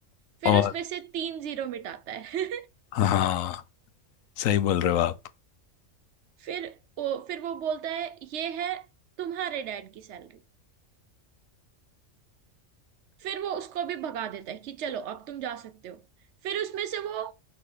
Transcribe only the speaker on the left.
और
हाँ सही बोल रहे हो आप